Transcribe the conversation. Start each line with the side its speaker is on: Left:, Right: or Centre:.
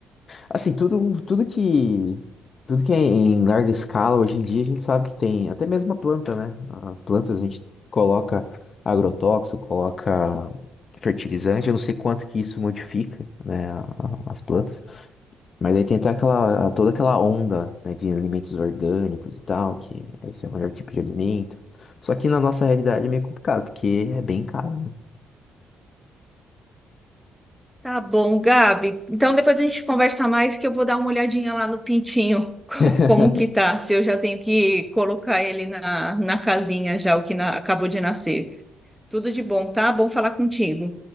Left: Assim, tudo, tudo que, tudo que é em larga escala, hoje em dia a gente sabe que tem, até mesmo a planta, né? As plantas a gente coloca agrotóxico, coloca fertilizante, eu não sei quanto que isso modifica, né, a- a- as plantas, mas aí tem até aquela, toda aquela onda, né, de alimentos orgânicos e tal, que esse é o melhor tipo de alimento. Só que na nossa realidade é meio complicado, porque é bem caro, né?
Centre: Tá bom, Gabi. Então depois a gente conversa mais que eu vou dar uma olhadinha lá no pintinho, <laughs> co-
Left: <laughs>
Centre: como que tá, se eu já tenho que colocar ele na, na casinha já, o que na- acabou de nascer. Tudo de bom, tá? Bom falar contigo.